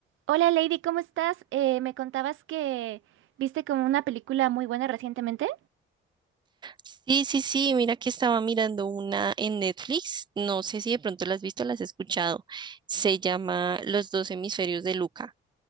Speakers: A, on the right; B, on the right.
A: Hola Lady, ¿cómo estás? Eh, me contabas que viste como una película muy buena recientemente.
B: Sí, sí, sí, mira que estaba mirando una en Netflix, no sé si de pronto la has visto, la has escuchado, se llama Los dos hemisferios de Luca.